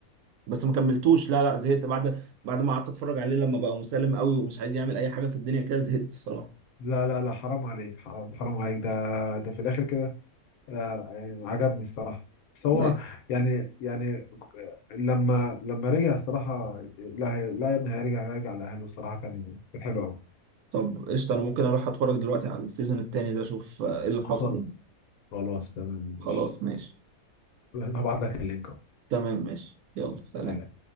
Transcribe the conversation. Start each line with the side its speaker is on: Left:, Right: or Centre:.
Right: بس ما كملتوش لا لا زهقت بعد بعد ما قعدت اتفرج عليه لما بقى مسالم قوي ومش عايز يعمل اي حاجه في الدنيا كده زهقت الصراحه
Left: لا لا لا حرام عليك حرام حرام عليك ده ده في الاخر كده لا لا لا يعني عجبني الصراحه بس هو
Right: لا
Left: يعني يعني آه، لما لما رجع الصراحه لا هي- لا يا ابني هيرجع هيرجع لاهله الصراحه كان كانت حلوه
Right: طب قشطه انا ممكن اروح اتفرج دلوقتي على السيزون التاني ده اشوف آه، ايه اللي حصل
Left: قوي
Right: يعني
Left: خلاص تمام
Right: خلاص
Left: ماشي
Right: ماشي
Left: هبعت لك اللينك اهو
Right: تمام ماشي يلا سلام
Left: سلام